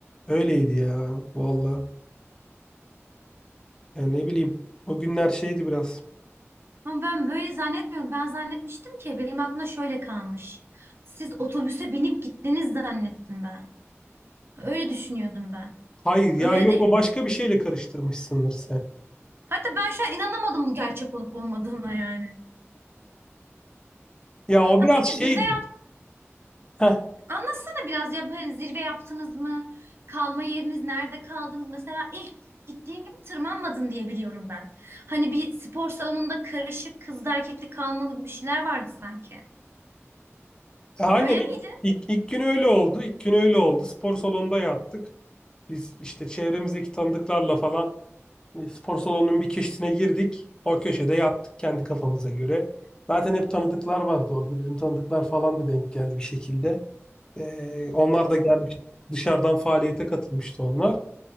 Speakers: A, on the left; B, on the right.
A: Öyleydi ya valla. Ya ne bileyim. O günler şeydi biraz.
B: Ama ben böyle zannetmiyorum. Ben zannetmiştim ki benim aklımda şöyle kalmış. Siz otobüse binip gittiniz zannettim ben. Öyle düşünüyordum ben.
A: Hayır ya
B: Öyle
A: yok
B: değil.
A: o başka bir şeyle karıştırmışsındır sen.
B: Hatta ben şu an inanamadım bu gerçek olup olmadığına yani.
A: Ya o
B: Ha
A: biraz
B: peki
A: şeydi.
B: zirve yap
A: Heh,
B: anlatsana biraz ya hani zirve yaptınız mı? Kalma yeriniz nerede kaldınız? Mesela ilk gittiğin gibi tırmanmadın diye biliyorum ben. Hani bir spor salonunda karışık kızlı erkekli kalmalı gibi şeyler vardı sanki.
A: e, aynen
B: Öyle miydi?
A: ilk, ilk, ilk gün öyle oldu. İlk gün öyle oldu. Spor salonunda yattık. Biz işte çevremizdeki tanıdıklarla falan e, spor salonunun bir köşesine girdik. O köşede yattık kendi kafamıza göre. Zaten hep tanıdıklar vardı orada. Bizim tanıdıklar falan da denk geldi bir şekilde. Ee, onlar da gelmiş. Dışarıdan faaliyete katılmıştı onlar.